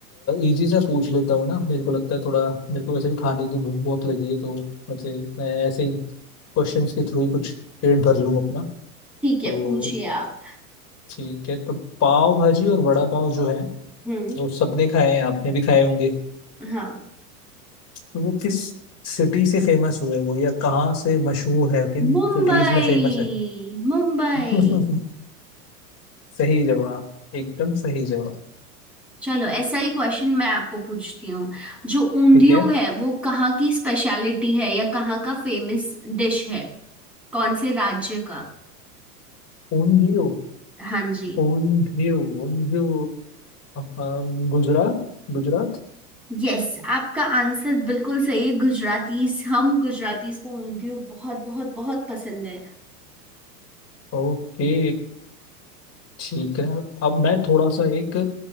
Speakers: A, on the left; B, in the centre.
A: इजी सा पूछ लेता हूँ ना मेरे को लगता है थोड़ा मेरे को वैसे भी खाने की भूख बहुत लगी है तो वैसे मैं ऐसे ही क्वेश्चंस के थ्रू ही कुछ पेट भर लूँ अपना
B: ठीक है
A: तो
B: पूछिए आप
A: ठीक है तो पाव भाजी और वड़ा पाव जो है
B: हम्म
A: वो सबने खाए हैं आपने भी खाए होंगे
B: हाँ
A: तो वो किस सिटी से फेमस हुए वो या कहाँ से मशहूर है किन
B: मुंबई
A: सिटीज में फेमस है
B: मुंबई
A: <laughs> सही जवाब एकदम सही जवाब
B: चलो ऐसा ही क्वेश्चन मैं आपको पूछती हूँ जो ऊंधियो
A: ठीक है
B: है वो कहाँ की स्पेशलिटी है या कहाँ का फेमस डिश है कौन से राज्य का
A: ऊंधियो
B: हाँ जी
A: ऊंधियो ऊंधियो अ, अम, गुजरात गुजरात
B: यस आपका आंसर बिल्कुल सही है गुजरातीस हम गुजरातीस को ऊंधियो बहुत बहुत बहुत पसंद है
A: ओके ठीक है अब मैं थोड़ा सा एक